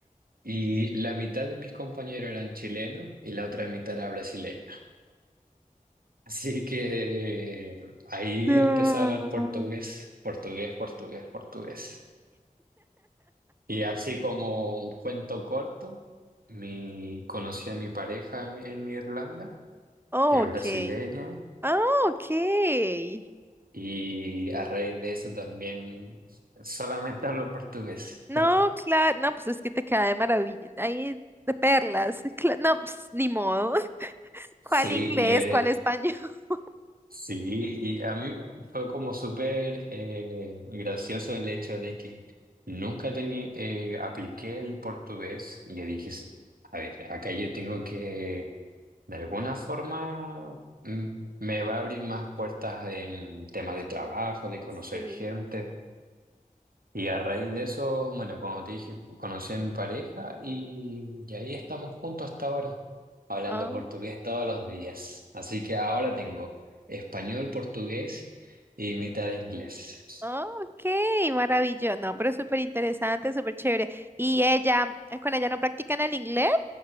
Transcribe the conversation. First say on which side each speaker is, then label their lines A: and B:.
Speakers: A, on the right (about 80°); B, on the right (about 15°).
A: y la mitad de mis compañeros eran chilenos y la otra mitad era brasileña. <laughs> Así que eh, ahí
B: No.
A: empecé a hablar portugués, portugués, portugués, portugués. Y así como un cuento corto, mi, conocí a mi pareja en Irlanda,
B: Oh,
A: que es
B: ok.
A: brasileña.
B: Ah, okay.
A: Y a raíz de eso también solamente hablo portugués.
B: No, claro, no, pues es que te queda de maravilla, ahí de perlas. <laughs> cla- no, pues, ni modo. <laughs>
A: Sí,
B: ¿Cuál inglés?
A: y, eh,
B: ¿Cuál español? <laughs>
A: sí, y a mí fue como súper eh, gracioso el hecho de que nunca tenía, apliqué el portugués y yo dije, a ver, acá yo tengo que, de alguna forma, mm, me va a abrir más puertas en temas de trabajo, de conocer
B: Sí.
A: gente. Y a raíz de eso, bueno, como te dije, conocí a mi pareja y, y ahí estamos juntos hasta ahora, hablando
B: Oh,
A: portugués todos los días. Así que ahora tengo español, portugués y mitad de inglés.
B: oh, ok, maravilloso. No, pero súper interesante, súper chévere. ¿Y ella, eh, con ella no practican el inglés?